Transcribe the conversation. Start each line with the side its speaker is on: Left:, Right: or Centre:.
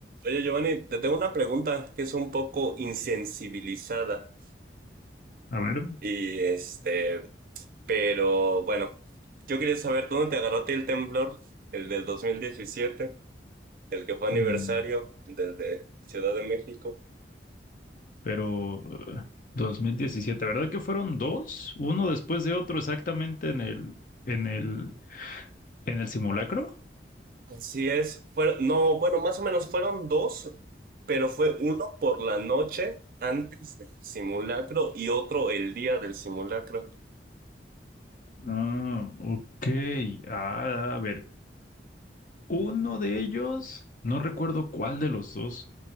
Right: Oye, Giovanni, te tengo una pregunta que es un poco insensibilizada
Left: A ver,
Right: y este, pero bueno, yo quería saber dónde te agarró a ti el temblor, el del 2017, el que fue aniversario
Left: mm,
Right: del de Ciudad de México.
Left: pero eh, 2017, ¿verdad que fueron dos? Uno después de otro exactamente en el, en el, en el simulacro.
Right: Así es, fueron, no, bueno, más o menos fueron dos, pero fue uno por la noche antes del simulacro y otro el día del simulacro.
Left: Ah, ok. Ah, a ver, uno de ellos, no recuerdo cuál de los dos.